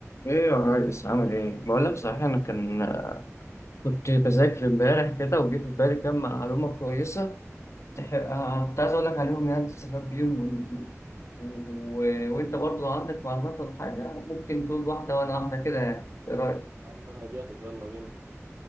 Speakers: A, on the left; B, on the right.
A: ايه يا ريس عامل ايه؟ بقول لك صحيح انا كان كنت بذاكر امبارح كده وجه في بالي كام معلومة كويسة تح- آه، كنت عايز اقول لك عليهم يعني تستفاد بيهم و... و... وانت برضه لو عندك معلومات ولا حاجة ممكن تقول واحدة وانا واحدة كده يعني ايه رأيك؟
B: يا عم انا جاهز يلا بينا